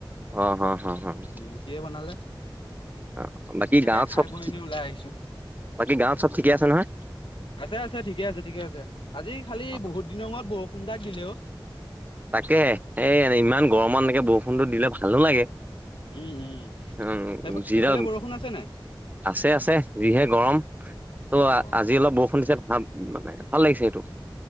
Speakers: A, on the right (about 20°); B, on the left (about 85°).
A: অ' হ হ হ হ।
B: উম সিয়ে বনালে।
A: অ' বাকী
B: তাকে
A: গাঁৱত
B: খাই
A: চব,
B: বৈ এনেই ওলাই আহিছো।
A: বাকী গাঁৱত চব ঠিকে আছে নহয়।
B: আছে আছে ঠিকে আছে ঠিকে আছে। আজি খালি
A: অ
B: বহুত দিনৰ মূৰত বৰষুণ তাক দিলে অ'।
A: তাকে এ ইমান গৰমত এনেকে বৰষুণটো দিলে ভালো লাগে।
B: উম উম
A: উম
B: সেই-সেইফালে
A: যিডাল
B: বৰষুণ আছে নাই?
A: আছে আছে যিহে গৰম। ত'
B: অ
A: আজি অলপ বৰষুণ দিছে ভাল মানে ভাল লাগিছে সেইটো।